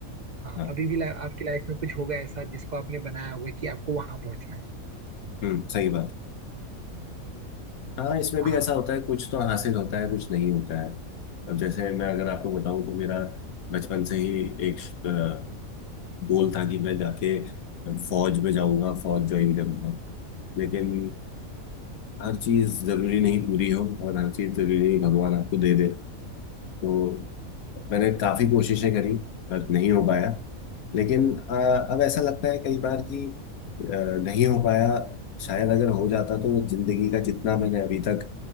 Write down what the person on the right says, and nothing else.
हाँ
अभी भी लाइफ आपकी लाइफ में कुछ होगा ऐसा जिसको आपने बनाया होगा कि आपको वहां पहुंचना है
हाँ